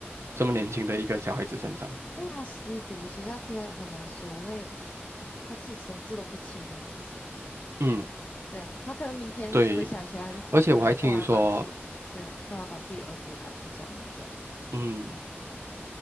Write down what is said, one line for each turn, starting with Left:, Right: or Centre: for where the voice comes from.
Right: 这么年轻的一个小孩子身上？
Left: 但他吸毒，其实他真的很难说，因为他自己神志都不清啊。其实，
Right: 嗯，
Left: 对啊，他可能明天回想起来他就后悔了，
Right: 对。而且我还听说，
Left: 干嘛要把自己，对啊，干嘛把自己儿子赶出家门这样？
Right: 嗯，